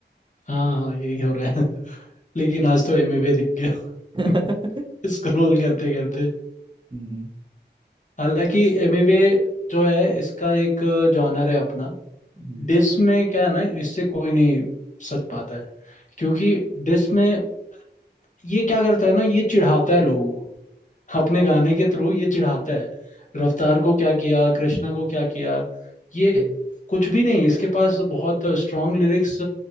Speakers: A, on the left; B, on the right.
A: हाँ हाँ यही हो रहा है <laughs> लेकिन आज तो एमिवे दिख गया
B: <laughs>
A: <laughs> स्क्रॉल करते करते
B: हम्म,
A: हालांकि एमिवे जो है इसका एक जॉनर है अपना
B: हम्म,
A: डिस में क्या है ना इससे कोई नहीं सक पाता है क्योंकि डिस में ये क्या करता है ना ये चिढ़ाता है लोगों को अपने गाने के थ्रू ये चिढ़ाता है रफ्तार को क्या किया कृष्णा को क्या किया ये
B: हम्म,
A: कुछ भी नहीं इसके पास बहुत स्ट्रांग लिरिक्स